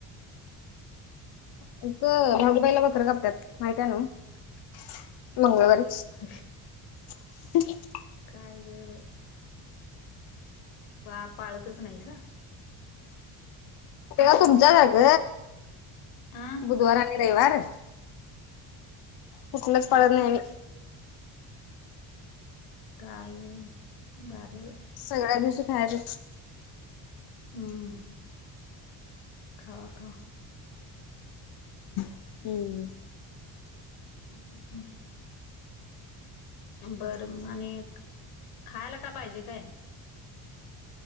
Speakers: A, on the left (about 55°); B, on the left (about 85°).
A: क भूगू मंबईला बकर कापत्यात माहित <unintelligible> आहे नव मंगळवारी
B: अ <inaudible>
A: ह <unintelligible>
B: काय ग बाई वा पाळतच नाही का?
A: तेव तुमच्या सग
B: हा
A: बुधवार आणि रविवार कुठलंच पाळत
B: हा
A: नाही आम्ही.
B: काय ग बाई बारीे बई
A: सगळ्या दिवशी खायच
B: हम्म. खावा खावा
A: हम्म.
B: अ <unintelligible> बरं आणि खायला का पाहिजे काय?